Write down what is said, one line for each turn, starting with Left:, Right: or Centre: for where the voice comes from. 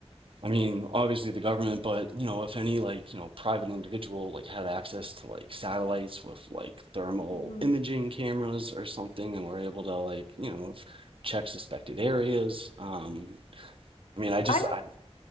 Right: I mean, obviously the government, but you know, if any like, you know, private individual like had access to like satellites with like thermal
Left: Mhm.
Right: imaging cameras or something and were able to like, you know, check suspected areas. Um, I mean, I just
Left: I would
Right: I